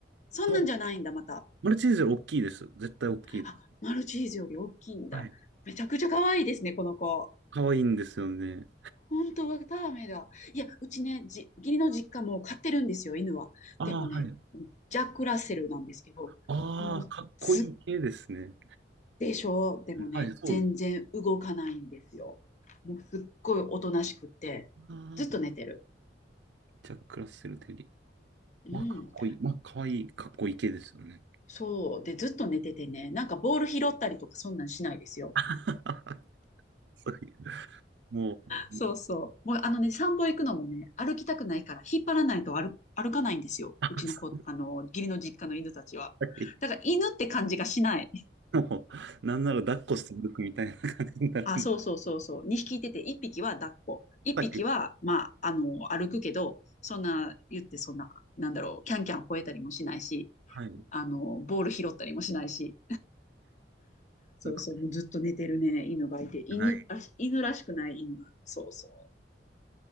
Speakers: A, on the left (about 40°); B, on the right (about 75°).
A: そんなんじゃないんだ、
B: そう
A: また。
B: マルチーズより大きいです。絶対大きい。
A: あ、マルチーズより大きいんだ。
B: はい。
A: めちゃくちゃ可愛いですね、この子。
B: 可愛いんですよね。
A: 本当はダメだ。いや、うちね、じ、義理の実家も飼ってるんですよ、犬は。
B: ああ、
A: でもね、
B: はい。
A: ジャック・ラッセルなんですけど、
B: ああ、
A: もう、
B: かっこいい系ですね。
A: すっでしょうでもね、
B: はい、そうです。
A: 全然動かないんですよ。もうすっごいおとなしくって、
B: ああ、
A: ずっと寝てる。
B: ジャック・ラッセル・テリー。
A: うん。
B: まあ、かっこいい。まあ、かわいい、かっこいい系ですよね。
A: そう。で、ずっと寝ててね、なんかボール拾ったりとかそんなんしないですよ。
B: <laughs> そういう、もう、
A: そうそう。もうあのね、散歩行くのもね、歩きたくないから引っ張らないと歩歩かないんですよ。
B: あそ
A: うちの子、あの、義理の実家の犬たちは。
B: うい
A: だから犬って感じがしない。
B: う、もう、なんなら抱っこして歩くみたいな感じになるんで。
A: あ、そうそうそうそう。2匹いてて、1匹は抱っこ。1匹は、
B: はい。
A: まあ、あの、歩くけど、そんな、言ってそんな、なんだろう、キャンキャン吠えたりもしないし、
B: はい。
A: あの、ボール拾ったりもしないし、そうそう、
B: すごく
A: もうずっと寝てるね、犬がいて、犬らし、
B: ない。
A: 犬らしくない犬。そうそ